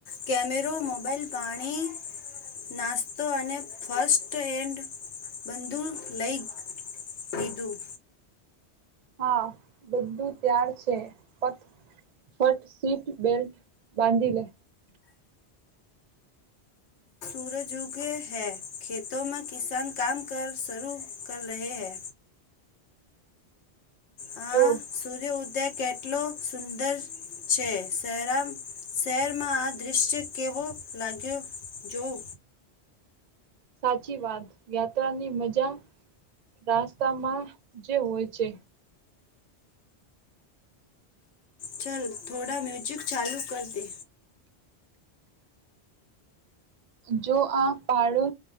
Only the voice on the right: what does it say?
હા બધું ત્યાર છે, પથ ફટ સીટ બેલ્ટ બાંધી લે,
જો
સાચી વાત યાત્રાની મજા રાસ્તામાં જે હોય છે,
જો આ પાળો